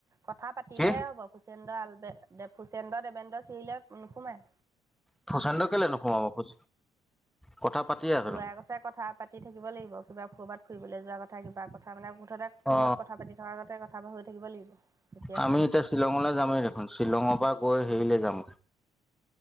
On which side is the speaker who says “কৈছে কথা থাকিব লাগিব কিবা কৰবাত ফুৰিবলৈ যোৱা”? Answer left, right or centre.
Right